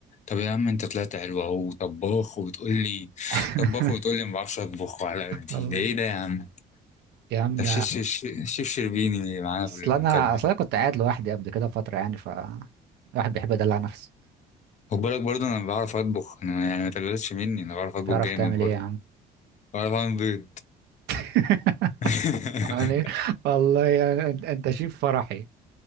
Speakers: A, on the left; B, on the right.
A: طب يا عم انت طلعت حلو اهو طباخ وبتقول لي
B: <laughs>
A: طباخ وبتقول لي ما بعرفش اطبخ وعلى قدي
B: الله.
A: ده ايه ده يا عم
B: يا عم
A: ده شيف شيف شيف شربيني معانا
B: اصل
A: في المكالمة
B: انا اصل
A: يعني
B: انا كنت قاعد لوحدي قبل كده فترة يعني ف الواحد بيحب يدلع نفسه
A: خد بالك برضه انا بعرف اطبخ انا يعني ما تقللش مني انا بعرف اطبخ
B: تعرف
A: جامد
B: تعمل
A: برضه
B: ايه يا عم
A: بعرف اعمل بيض
B: <laughs>
A: <laughs>
B: يعني والله يعني انت أنت شيف فرحي